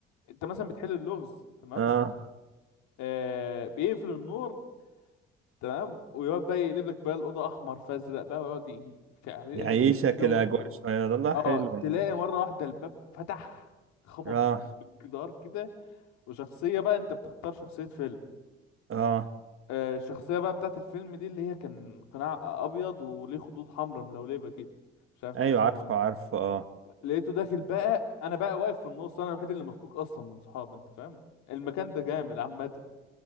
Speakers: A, on the left; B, on the right.
A: انت مثلا بتحل اللغز تمام
B: اه
A: آه بيقفل النور تمام ويقعد بقى يقلب لك بقى الأوضة أحمر فأزرق بقى ويقعد ي- يعني يقلب
B: يعيشك
A: لك الجو
B: الاجواء شويه والله
A: اه
B: حلو يعني
A: تلاقي مرة واحدة الباب فتح خبط
B: اه
A: في الجدار كده وشخصية بقى انت بتختار شخصية فيلم
B: اه
A: آه الشخصية بقى بتاعت الفيلم دي اللي هي كان قناع أبيض وليه خدود حمراء ملولبة كده مش عارف
B: ايوه
A: ده اسمه
B: عارفه
A: ايه
B: عارفه اه
A: لقيته داخل بقى انا بقى واقف في النص انا الوحيد اللي مفكوك اصلا من صحابي انت فاهم المكان ده جامد عامة